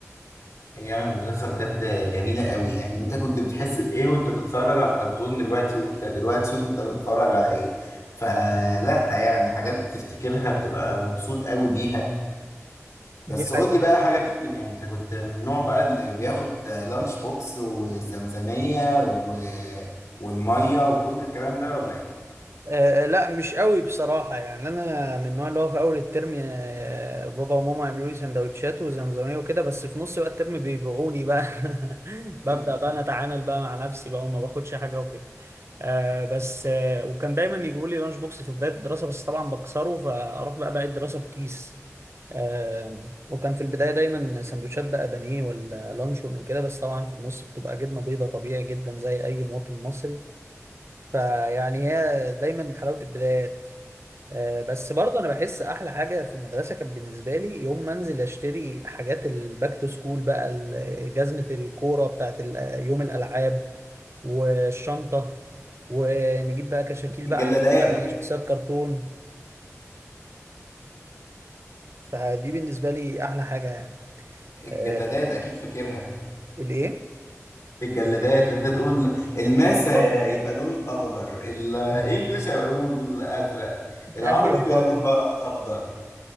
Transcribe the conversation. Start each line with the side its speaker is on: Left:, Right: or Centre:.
Left: ايام المدرسه بجد جميله قوي يعني انت كنت بتحس بايه وانت بتتفرج على الكرتون دلوقتي وانت دلوقتي شوف انت بتتفرج على ايه فلا يعني حاجات تفتكرها بتبقى مبسوط قوي بيها بس
Right: دي حاجه
Left: قول لي بقى حاجة تانية يعني انت كنت من النوع بقى اللي بياخد لانش بوكس والزمزمية و... والمية وكل الكلام ده ولا ايه؟
Right: آه لا مش قوي بصراحة يعني أنا من النوع اللي هو في أول الترم آه بابا وماما يعملوا لي سندوتشات وزمزمية وكده بس في نص بقى الترم بيبيعوني بقى <laughs> ببدأ
Left: <laughs>
Right: بقى أنا أتعامل بقى مع نفسي بقى وما باخدش حاجة وكده آه بس آه وكان دايما يجيبوا لي لانش بوكس في بداية الدراسة بس طبعا بكسره فأروح بقى باقي الدراسة بكيس آه وكان في البداية دايما سندوتشات بقى بانيه ولا لانشون وكده بس طبعا في النص بتبقى جبنة بيضة طبيعي جدا زي أي مواطن مصري فيعني هي دايما حلاوة البدايات آه، بس برضه انا بحس احلى حاجه في المدرسه كانت بالنسبه لي يوم ما انزل اشتري حاجات الباك تو سكول بقى ال- جزمه الكوره بتاعت ال- يوم الالعاب والشنطه ونجيب بقى كشاكيل
Left: الجلادات
Right: بقى على شخصيات كرتون فدي بالنسبه لي احلى حاجه يعني
Left: الجلادات
Right: آه،
Left: اكيد فاكرها
Right: الايه
Left: الجلادات اللي انت تقول الماس
Right: اه
Left: يبقى لونه الاخضر الانجليش هيبقى لونه الازرق العربي
Right: ايوه
Left: بيبقى
Right: طبعا
Left: لونه بقى اخضر